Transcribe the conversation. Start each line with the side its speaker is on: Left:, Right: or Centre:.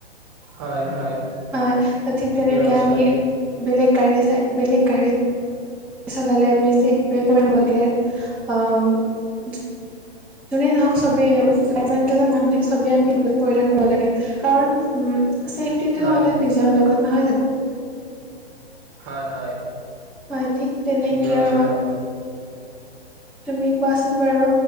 Right: হয়, হয়।
Centre: হয়, ঠিক
Right: ঠিকে
Centre: তেনেকে
Right: কৈছা
Centre: আমি বেলেগ গাড়ী চাই বেলেগ গাড়ী চলালে আমি চিট বেল পৰিধান কৰিব লাগে। অ' যোনেই নহওঁক চবেই আৰু। যিমান কেইজন মানুহ থাকে চবেই আমিব পৰিধান কৰিব লাগে। কাৰণ উম চেফ তিটো
Right: হয়
Centre: সদায় নিজৰ লগত নহয় জানো?
Right: হয়, হয়।
Centre: হয়, ঠিক তেনেকৈ
Right: ঠিকে কৈছা
Centre: আৰু।
Right: তুমি
Centre: তুমি কোৱাচোন বাৰু